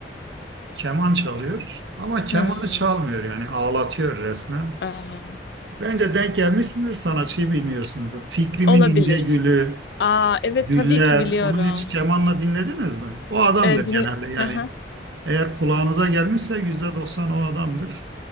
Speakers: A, on the right (about 80°); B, on the left (about 65°).
A: Keman çalıyor ama kemanı
B: Hmm,
A: çalmıyor yani ağlatıyor resmen.
B: aa,
A: Bence denk gelmişsindir sanatçıyı bilmiyorsunuzdur. Fikrimin
B: olabilir.
A: İnce Gülü,
B: Aa, evet
A: Güller.
B: tabii ki biliyorum.
A: onun hiç kemanla dinlediniz mi? O adamdır
B: Ee, din...
A: genelde yani.
B: Hı hı,
A: Eğer kulağınıza gelmişse %90 o adamdır.